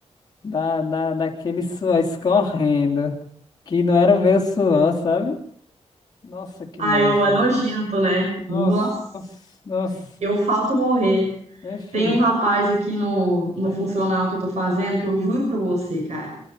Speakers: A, on the left; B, on the right.
A: da, da, daquele suor escorrendo, que não era o meu suor, sabe? Nossa, que
B: Ah,
A: nojo.
B: eu é
A: velho.
B: nojento, né? Nossa,
A: Nossa, nossa, nossa.
B: eu falto morrer.
A: Enfim.
B: Tem um rapaz aqui no, no
A: Ai,
B: funcional que eu tô fazendo, que eu juro pra você, cara.